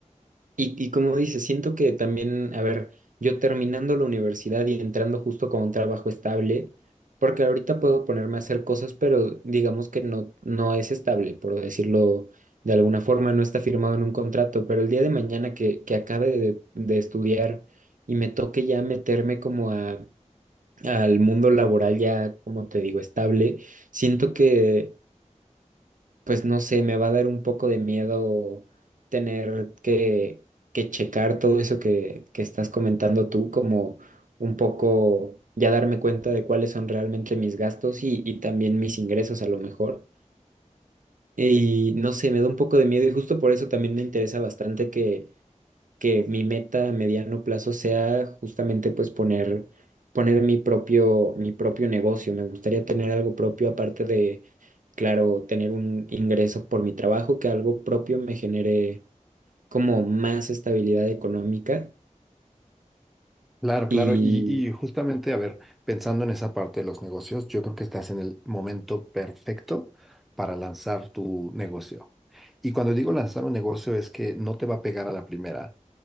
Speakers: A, on the right; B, in the centre.
A: Y, y como dices, siento que también, a ver, yo terminando la universidad y entrando justo con un trabajo estable, porque ahorita puedo ponerme a hacer cosas, pero digamos que no, no es estable, por decirlo de alguna forma, no está firmado en un contrato, pero el día de mañana que, que acabe de, de estudiar y me toque ya meterme como a, al mundo laboral ya, como te digo, estable, siento que pues no sé, me va a dar un poco de miedo tener que, que checar todo eso que, que estás comentando tú, como un poco ya darme cuenta de cuáles son realmente mis gastos y, y también mis ingresos a lo mejor. Y no sé, me da un poco de miedo y justo por eso también me interesa bastante que que mi meta a mediano plazo sea justamente pues poner, poner mi propio, mi propio negocio. Me gustaría tener algo propio aparte de, claro, tener un ingreso por mi trabajo, que algo propio me genere como más estabilidad económica.
B: Claro, claro.
A: Y
B: Y, y justamente, a ver, pensando en esa parte de los negocios, yo creo que estás en el momento perfecto para lanzar tu negocio. Y cuando digo lanzar un negocio es que no te va a pegar a la primera.